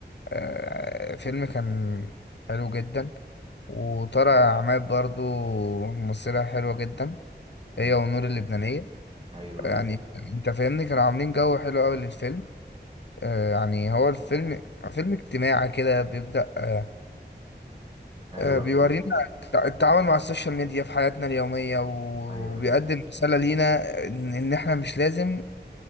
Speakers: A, on the left; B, on the right.
A: آه فيلم كان حلو جدا وطارق عماد برضو ممثلة حلوة جدا
B: مم.
A: هي ونور اللبنانية
B: أيوه
A: يعني
B: أيوه
A: انت فاهمني كانوا عاملين جو حلو قوي للفيلم آه يعني هو الفيلم فيلم اجتماعي كده بيبدأ آه
B: أيوه
A: آه بيورينا
B: أيوه
A: التع- التعامل مع السوشيال ميديا في حياتنا اليومية وبيقدم
B: أيوه
A: رسالة لينا ان ان احنا مش لازم